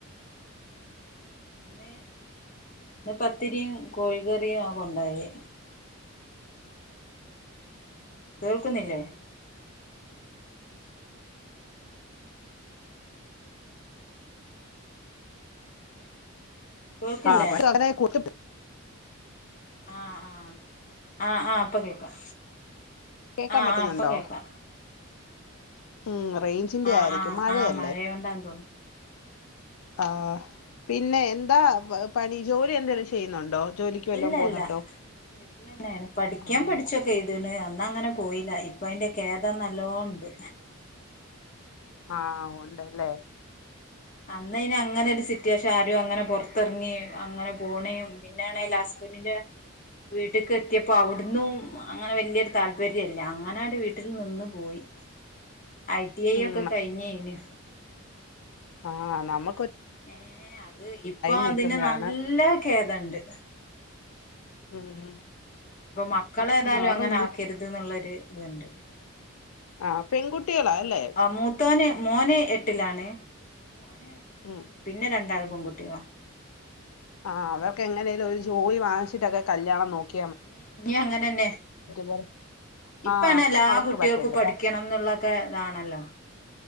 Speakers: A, on the left; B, on the left.
A: ഇന്ന് ഇന്ന് പത്തിരിയും കോഴികറിയ കൊണ്ടോയെ കേൾക്കുന്നില്ലേ കേൾക്കില്ലേ
B: ആഹ് പ <inaudible>
A: ആഹ് ആഹ് ആഹ് ആഹ് പ്പൊ കേക്കാം
B: കേക്കാൻ
A: ആഹ്
B: പറ്റുന്നുണ്ടോ
A: ആഹ് ഇപ്പം കേക്കാ
B: ഉം റേഞ്ചിന്റെ
A: ആഹ്
B: ആയിരിക്കും
A: ആഹ്
B: മഴയല്ലേ
A: ആഹ് മഴയൊണ്ടാന്ന് തോന്നുന്നു
B: ആഹ് പിന്നെ എന്താ പണി ജോലി എന്തേലും ചെയ്യുന്നുണ്ടോ ജോലിക്ക് വല്ലോം
A: ഇല്ല
B: പോകുന്നുണ്ടോ
A: ഇല്ല വീട്ടിൽ തന്നെയാണ് പഠിക്കാൻ
B: ആഹ്
A: പഠിച്ചൊക്കെ എഴ്ത്ണ് അന്നങ്ങനെ പോയില്ല ഇപ്പ അയിന്റെ ഖേദം നല്ലോ ഒണ്ട്.
B: ആഹ് ഒണ്ടല്ലേ
A: അന്ന് അയ്ന് അങ്ങനൊരു സി- റ്റേഷൻ ആരുങ്ങനെ പുറത്തിറങ്ങി അങ്ങനെ പോണേം പിന്നാണെ ഹസ്ബൻഡിന്റെ വീട്ടിക്ക് എത്തിയപ്പോ അവ്ട് ഇന്നും അങ്ങനെ വല്ല്യോരു താല്പ താത്പര്യല്ല അങ്ങനാട് വീട്ടിൽ നിന്ന് പോയി. ഐ ടി ഐ
B: ഉം
A: ഒക്കെ കഴിഞ്ഞയിന്.
B: ആ നമ്മ
A: ഏ അത് ഇപ്പോ
B: നീട്ടുമ്പോഴാണ്
A: അതിന് നല്ല കേ ഇതണ്ട്
B: ഉം
A: മ് ഇപ്പ മക്കളെ ഏതായാലും
B: അവരുടെ
A: അങ്ങനെ
B: മുമ്പിൽ
A: ആക്കരുത് ന്നുള്ളൊര് ഇതുണ്ട്
B: ആ പെൺകുട്ടികളാ അല്ലേ?
A: ആ മൂത്തോന് മോന് എട്ടിലാണ്. ഓന്
B: ഉം
A: പിന്നെ രണ്ടാൾ പെൺകുട്ടികള
B: ആ അവർക്ക് എങ്ങനെലും ഒരു ജോലി വാങ്ങിച്ചിട്ടൊക്കെ കല്യാണം നോക്കി
A: നി നി അങ്ങനെന്നെ
B: പോലെ
A: ഇപ്പണെ
B: ആഹ്
A: എല്ലാ
B: അവർക്ക്
A: കുട്ടികൾക്കും
B: പറ്റല്ലതാ
A: പഠിക്കണംന്നുള്ളൊക്കെ ഇതാണല്ലോ.